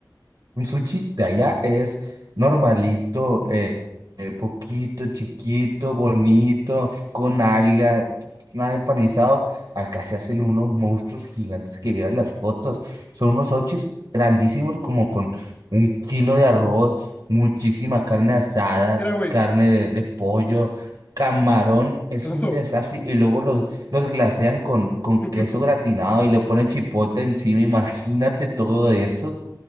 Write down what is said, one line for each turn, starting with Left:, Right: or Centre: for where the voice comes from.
Right: Un sushi de allá es normalito, eh, eh, poquito, chiquito, bonito, con alga, nada empanizado. Acá se hacen unos monstruos gigantes que vieran las fotos. Son unos sushis grandísimos, como con un kilo de arroz, muchísima carne asada,
Left: Mira, güey,
Right: carne de, de pollo, camarón. Es
Left: Alonso,
Right: un desastre. Y luego los, los glasean con, con
Left: <laughs>
Right: queso gratinado y le ponen chipotle encima. Imagínate todo eso.